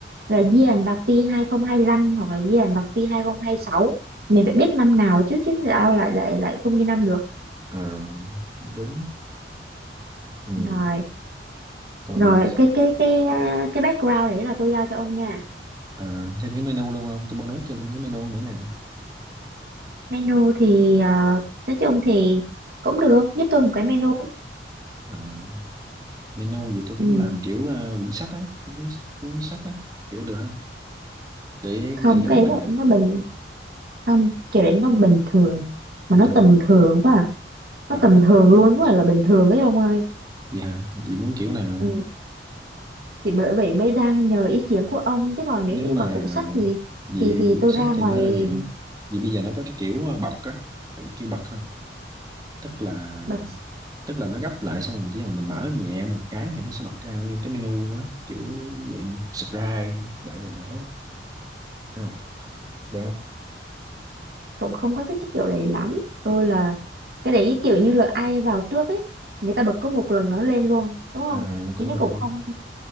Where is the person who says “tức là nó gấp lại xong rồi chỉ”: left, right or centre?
Right